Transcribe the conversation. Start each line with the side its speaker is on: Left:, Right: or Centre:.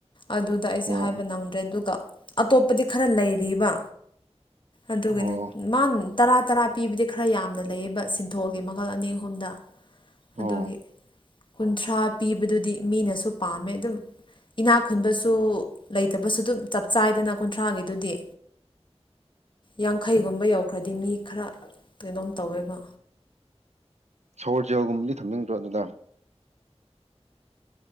Left: ꯑꯗꯨꯗ ꯑꯩꯁꯦ
Right: ꯑꯣ
Left: ꯍꯥꯏꯕ ꯅꯪꯗ꯭ꯔꯦ ꯑꯗꯨꯒ ꯑꯇꯣꯞꯄꯗꯤ ꯈꯔ ꯂꯩꯔꯤꯕ ꯑꯗꯨꯒꯒꯤꯅꯦ
Right: ꯑꯣ
Left: ꯃꯥ ꯇꯔꯥ ꯇꯔꯥ ꯄꯤꯕꯗꯤ ꯈꯔ ꯌꯥꯝꯅ ꯂꯩꯌꯦꯕ ꯁꯤꯟꯊꯣꯜꯒꯤ ꯃꯈꯜ ꯑꯅꯤ ꯑꯍꯨꯝꯗ ꯑꯗꯨꯒꯤ
Right: ꯑꯣ
Left: ꯀꯨꯟꯊ꯭ꯔꯥ ꯄꯤꯕꯗꯨꯗꯤ ꯃꯤꯅꯁꯨ ꯄꯥꯝꯃꯦ ꯑꯗꯨꯝ ꯏꯅꯥꯛ ꯈꯨꯨꯟꯕꯁꯨ ꯁꯨ ꯂꯩꯇꯕꯁꯨ ꯑꯗꯨꯝ ꯆꯞ ꯆꯥꯏꯗꯅ ꯀꯨꯟꯊ꯭ꯔꯥꯒꯤꯗꯨꯗꯤ ꯌꯥꯡꯈꯩꯒꯨꯝꯕ ꯌꯧꯈ꯭ꯔꯗꯤ ꯃꯤ ꯈꯔ ꯀꯩꯅꯣꯝ ꯇꯧꯋꯦꯕ
Right: ꯁꯣꯔ ꯖꯦꯜꯒꯨꯝꯕꯗꯤ ꯊꯝꯅꯤꯡꯗ꯭ꯔꯣ ꯑꯗꯨꯗ